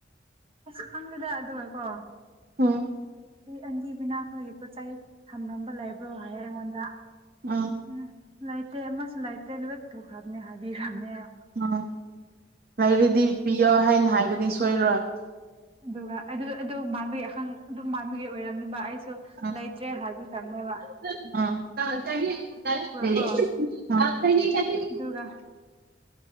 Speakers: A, on the right; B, on the right.
A: ꯑꯁ ꯈꯪꯗꯦꯗ ꯑꯗꯨꯒ ꯀꯣ
B: ꯎꯝ
A: ꯑꯟꯗꯤꯕꯤꯅꯥ ꯑꯩꯈꯣꯏꯒꯤ ꯄꯣꯠ ꯆꯩ ꯊꯝꯂꯝꯕ ꯂꯩꯕ꯭ꯔꯣ ꯍꯥꯏ ꯑꯩꯉꯣꯟꯗ
B: ꯎꯝ
A: ꯎꯝ ꯂꯥꯏꯇꯦ ꯑꯃꯁꯨ ꯂꯥꯏꯠ ꯀꯩ ꯅꯨꯃꯤꯠ ꯄꯨꯈꯠꯅꯤ ꯍꯥꯏꯕꯤꯈꯝꯅꯦ ꯑꯗꯨꯒ
B: ꯎꯝ ꯂꯩꯔꯗꯤ ꯄꯤꯌꯣ ꯍꯥꯏꯅ ꯍꯥꯏꯒꯅꯤ ꯁꯣꯏꯔꯣꯏ
A: ꯑꯗꯨꯒ ꯑꯗꯨ ꯑꯗꯨ ꯃꯥꯟꯕꯒꯤ ꯑꯍꯪ ꯑꯗꯨ ꯃꯥꯟꯕꯒꯤ ꯑꯣꯏꯔꯝꯅꯤꯕ ꯑꯩꯁꯨ
B: ꯎꯝ
A: ꯂꯩꯇ꯭ꯔꯦ ꯍꯥꯏꯕ ꯊꯝꯃꯦꯕ
B: <unintelligible>
A: ꯀꯣ ꯑꯗꯨꯒ